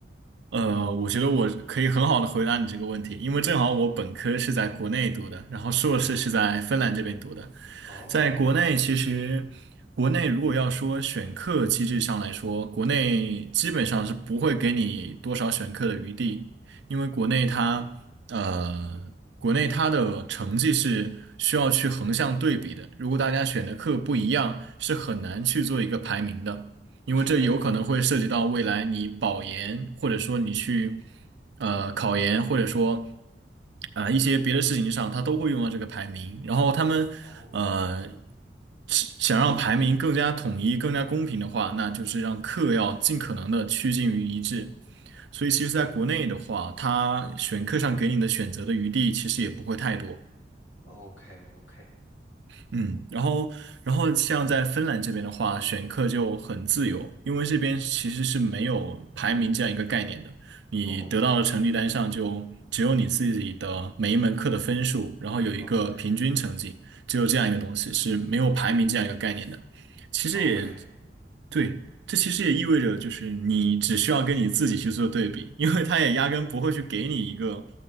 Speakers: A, on the right; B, on the left.
A: 呃，我觉得我可以很好的回答你这个问题，因为正好我本科是在国内读的，
B: 嗯嗯
A: 然后硕士是在芬兰这边读的。
B: 哦哦，
A: 在国内，其实国内如果要说选课机制上来说，国内基本上是不会给你多少选课的余地，因为国内它呃，
B: 嗯，
A: 国内它的成绩是需要去横向对比的，如果大家选的课不一样，是很难去做一个排名的。因为这有可能会涉及到未来你保研，
B: 确实
A: 或者说你去呃考研，或者说啊、呃一些别的事情上，他都会用到这个排名。然后他们呃
B: 哦
A: 是想让排名更加统一、更加公平的话，那就是让课要尽可能的趋近于一致。所以其实在国内的话，他选课上给你的选择的余地其实也不会太多。
B: ，OK OK
A: 嗯，然后，然后像在芬兰这边的话，选课就很自由，因为这边其实是没有排名这样一个概念的。你得到的成绩单上就只有你自己的每一门课的分数，
B: 哦 OK
A: 然后有一个平均成绩，
B: OK
A: 只有这样一个东西，是没有排名这样一个概念的。其实也
B: OK
A: 对，这其实也意味着，就是你只需要跟你自己去做对比，因为他也压根不会去给你一个